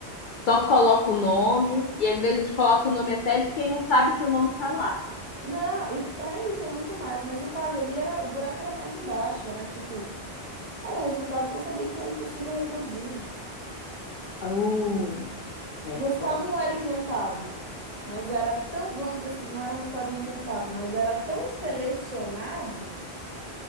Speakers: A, on the left; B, on the right.
A: só coloca o nome e às vezes coloca o nome até de quem não sabe que o nome tá lá.
B: não, e, é, e tem muito mais, mas o caso ali era, o buraco era mais embaixo, era tipo, era resultado que eu sabia que era impossível reproduzir.
A: Uh, é
B: O resultado
A: foda.
B: não era inventado, mas era tão, vamos dizer assim, não era um resultado inventado, mas era tão selecionado